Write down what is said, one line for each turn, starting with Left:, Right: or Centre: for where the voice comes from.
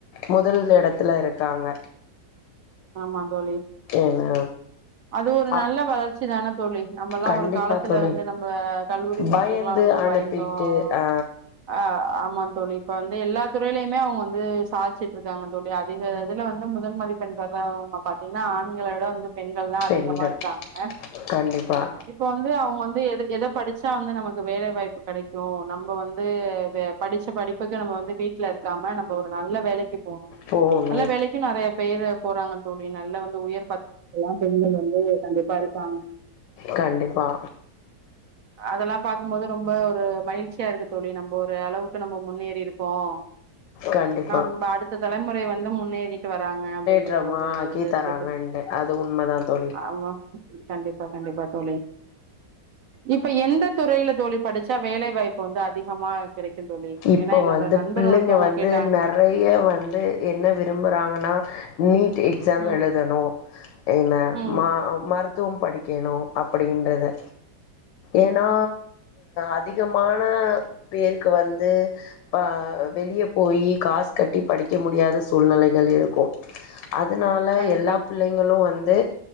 Left: முதல் இடத்துல இருக்காங்க
Right: ஆமா தோழி
Left: ஏன்னா
Right: அது ஒரு
Left: அப்
Right: நல்ல வளர்ச்சி சான <inaudible> தோழி நம்மல்லாம்
Left: கண்டிப்பா
Right: ஒரு காலத்துல
Left: தோழி
Right: வந்து நம்ம கல்லூரி போறதுக்குல்லாம்
Left: பயந்து
Right: ரொம்ப
Left: அனுப்பிட்டு
Right: பயந்தோம்
Left: ஆ
Right: அஹ் ஆமா தோழி இப்ப வந்து எல்லா துறைலயுமே அவங்க வந்து சாதிச்சுட்டு இருக்காங்கோ அதிக இதுல வந்து முதல் மதிப்பண் அவங்க பாத்தீங்கன்னா ஆண்களை விட வந்து பெண்கள் தான்
Left: பெண்கள்
Right: அதிகமா இருக்காங்க
Left: கண்டிப்பா
Right: இப்ப வந்து அவங்க வந்து எதை படிச்சா வந்து நமக்கு வேலை வாய்ப்பு கிடைக்கும் நம்ம வந்து படிச்ச படிப்புக்கு நம்ம வந்து வீட்டுல இருக்காம நம்ம ஒரு நல்ல வேலைக்கு போனும்
Left: போணு
Right: நல்ல வேலைக்கும் நிறைய பேரு போறாங்க தோழி நல்ல வந்து உயர் பதவி எல்லாம் பெண்கள் வந்து கண்டிப்பா இருக்காங்க
Left: கண்டிப்பா
Right: அதெல்லாம் பார்க்கும்போது ரொம்ப ஒரு மகிழ்ச்சியா இருக்குது தோழி நம்ம ஒரு அளவுக்கு நம்ம முன்னேறி இருக்கோம்
Left: கண்டிப்பா
Right: நம அடுத்த தலைமுறை வந்து வந்து முன்னேறி வராங்க
Left: ட்ரமா
Right: ஒரு
Left: ஆக்கி
Right: இது
Left: தராங்க
Right: இருக்குது
Left: அது உண்மை தான் தோழி
Right: ஆமா கண்டிப்பா கண்டிப்பா தோழி இப்ப எந்த துறையில தோழி படிச்சா வேலை வாய்ப்பு வந்து அதிகமா கிடைக்கும் தோழி
Left: இப்போ
Right: ஏன்னா என்னோட
Left: வந்து
Right: நண்பர்
Left: பிள்ளைங்க
Right: ஒருத்தவங்க
Left: வந்து
Right: கேட்டாங்க
Left: நிறைய வந்து என்ன விரும்புறாங்கனா நீ <unintelligible> எக்ஸாம்
Right: ம்
Left: எழுதனும் என்ன
Right: ம்
Left: மருத்து த்து படிக்கணும் அப்படின்றது ஏன்னா அதிகமான பேருக்கு வந்து அ வெளியே போயி காசு கட்டி படிக்க முடியாத சூழ்நிலைகள் இருக்கும் அதனால
Right: கண்டிப்பா
Left: எல்லா பிள்ளைங்களும் வந்து